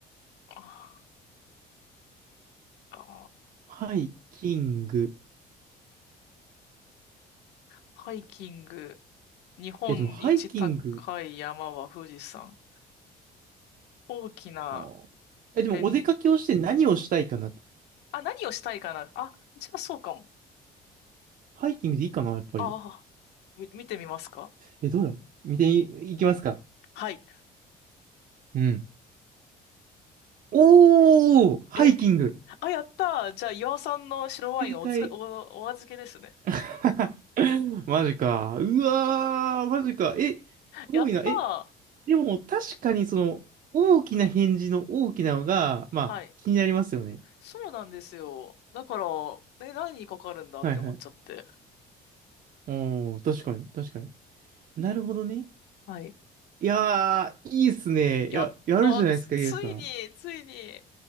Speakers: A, on the left; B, on the right.
A: ああ
B: ハイキング。
A: ー、ハイキング。日本一高い山は富士山。
B: や、でもハイキング、
A: 大きな
B: あーえ、でもお出かけをして何をしたいかなって。
A: 変、あ、何をしたいかなあ、じゃあそうかも。
B: ハイキングでいいかな、やっぱり。
A: ああ、み、見てみますか
B: え、どうだろう見てい、いきますか。
A: はい。
B: うん。おー、ハイキング。
A: え、あ、やったー。じゃあ、岩尾さんの白ワインはおつけ、
B: 正解。
A: お、お預けですね。
B: <laughs> マジか。うわー、
A: は
B: マジか。え、すごいな。
A: い <laughs> やったー。
B: え、でも確かにその、大きな返事の大きなのが、まあ、
A: はい。
B: 気になりますよね。
A: そうなんですよ。だから、え、何にかかるんだって思っちゃって。
B: はいはい。おー、確かに、確かに。なるほどね。
A: はい。
B: いやー、いいっすね。
A: やったつ、
B: いや、やるじゃないですか、
A: ついに、
B: イエスさん。
A: ついに、